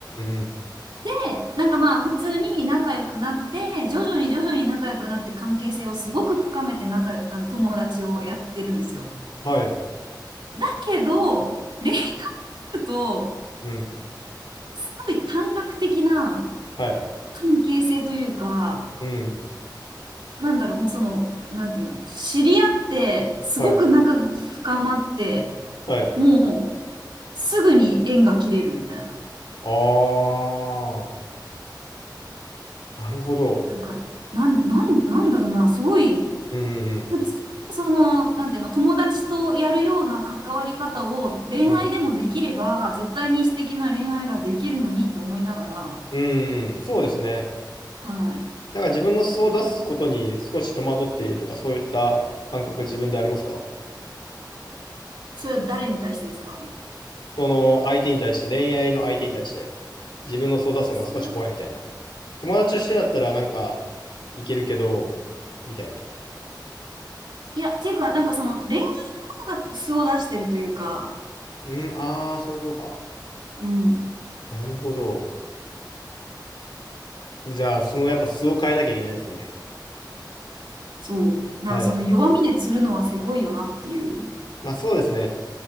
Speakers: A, on the left; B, on the right.
A: んうん
B: で、なんかまあ普通に仲良くなって、徐々に徐々に仲良くなって関係性をすごく深めて仲、あの友達をやってるんですよ。
A: はい。
B: だけど、恋愛と、
A: うん。
B: すごい短絡的な
A: はい。
B: 関係性というか、
A: うん。
B: なんだろう、もうその、なんていうの、知り合って、すごく仲が深まって、
A: はい。はい。
B: もうすぐに縁が切れるみたいな。
A: ああ、なるほど。
B: だから、なん、なん、なんだろうな、すごい、
A: うんうん
B: 普通のその、なんていうの、友達とやるような関わり方を恋愛でもできれば、
A: うん。
B: 絶対に素敵な恋愛ができるのにって思いながら、
A: うん。うん、そうですね。
B: はい。
A: なんか自分の素を出すことに少し戸惑っているとか、そういった感覚自分でありますか
B: それは誰に対してですか
A: その相手に対して、恋愛の相手に対して、自分の素を出すのが少し怖いみたいな。
B: す
A: 友達としてだったらなんか、いけるけど、みたいな。
B: いや、っていうか、なんかその恋愛とかが素を出してるというか、
A: うん、ああ、そういうことか。
B: うん、
A: なるほど。じゃあ、そのやっぱ素を変えなきゃいけないですね。
B: そう。なんかその弱みで釣るのはせこいよなっていう。
A: はい。まあそうですね。